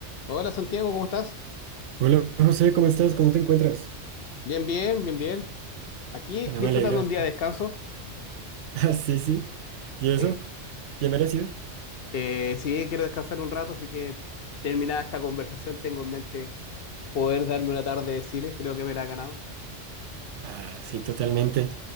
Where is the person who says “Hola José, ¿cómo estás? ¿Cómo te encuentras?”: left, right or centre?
Right